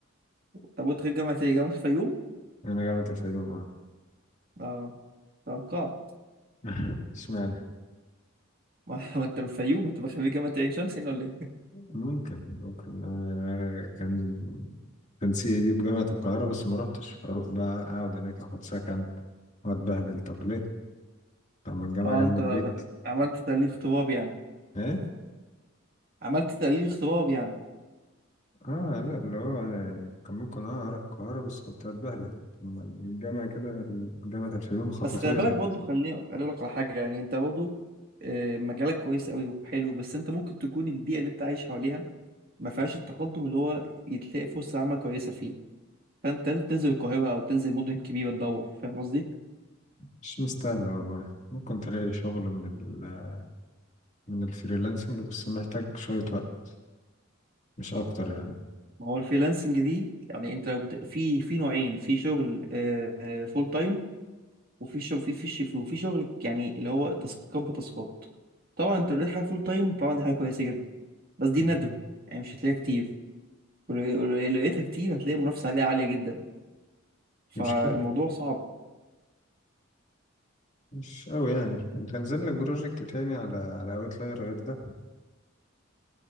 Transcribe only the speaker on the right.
طب وانت غير جامعه ايه جامعه الفيوم
اه توقعت
ما <laughs> ما انت من الفيوم انت من خريج جامعة عين شمس هنا ولا ايه؟
<laughs>
اه
انت
ده عملت تحليل اغتراب يعني
عملت تحليل اغتراب يعني
بس خلي بالك برضه خليني اقول لك على حاجة يعني انت برضه آه، مجالك كويس قوي وحلو بس انت ممكن تكون البيئة اللي انت عايش حواليها ما فيهاش التقدم اللي هو تلاقي فرصة عمل كويسة فيه فانت لازم تنزل القاهرة او تنزل مدن كبيرة تدور فاهم قصدي؟
ما هو الفريلانسنج دي يعني انت لو بت- في في نوعين في شغل فول تايم وفي شغل في في ش- وفي شغل يعني اللي هو تاسكات بتاسكات طبعا انت لو لقيت حاجه فول تايم طبعا دي حاجه كويسه جدا بس دي
نادره يعني مش هتلاقيها كتير ولو ولو لقيتها كتير هتلاقي المنافسه عليها عاليه جدا فالموضوع
صعب